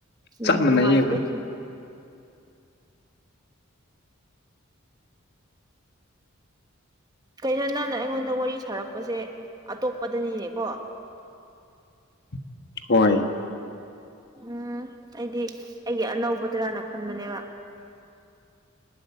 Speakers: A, on the right; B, on the left.
A: ꯅꯨꯡꯉꯨ
B: ꯆꯞ ꯃꯥꯟꯅꯩꯌꯦ
A: ꯅꯨꯡꯉꯥꯏꯇꯦ <inaudible> ꯀꯩꯅꯣ ꯅꯪꯅ ꯑꯩꯉꯣꯟꯗ ꯋꯥꯔꯤ ꯁꯥꯔꯛꯄꯁꯦ ꯑꯇꯣꯞꯄꯗꯅꯤꯅꯦꯀꯣ
B: <inaudible> ꯍꯣꯏ
A: ꯎꯝ ꯑꯩꯗꯤ ꯑꯩꯒꯤ ꯑꯅꯧꯕꯗꯔꯥꯅ ꯈꯟꯕꯅꯦꯕ